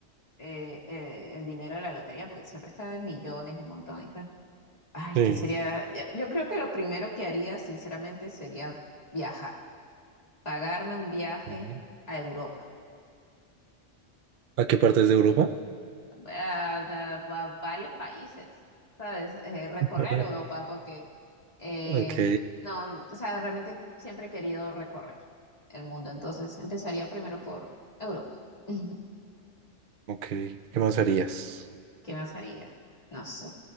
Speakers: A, on the left; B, on the right.
A: eh, eh, el dinero de la lotería, porque siempre está en millones, un montón y tal. Ay,
B: Sí.
A: que sería, yo yo creo que lo primero que haría, sinceramente, sería viajar, pagarme un viaje
B: Sí.
A: a Europa.
B: ¿A qué partes de Europa?
A: a, a- a varios países, ¿sabes? Eh, recorrer
B: <laughs>
A: Europa, porque eh,
B: Ok,
A: no, o sea, realmente siempre he querido recorrer el mundo, entonces empezaría primero por Europa. <laughs>
B: ok, ¿qué más harías?
A: ¿Qué más haría? No sé,